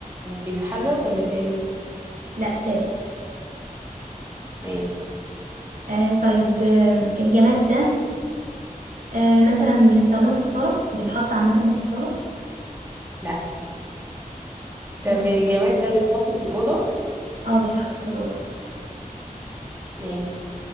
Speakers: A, on the right (about 15°); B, on the right (about 65°).
A: بيتحرك ولا ثابت
B: لا ثابت
A: ماشي
B: آه طيب آم، الجماد ده آه مثلا بنستخدمه في الصالة بيتحط عامة في الصالة
A: لا طب
B: ماشي
A: الجماد ده بيتحط في الأوضة
B: اه بيتحط في الأوضة
A: ماشي